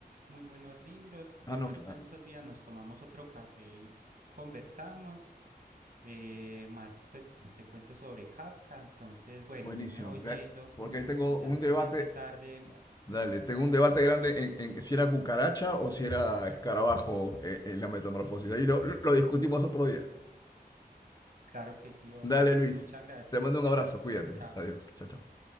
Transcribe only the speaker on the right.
muy buenos libros,
de
pronto
en estos días nos tomamos otro café y conversamos, eh, más pues te cuento sobre Kafka, entonces bueno,
yo me voy
yendo,
que ya
se
me hace tarde.
Claro que sí, hombre.
Muchas gracias.
Chao.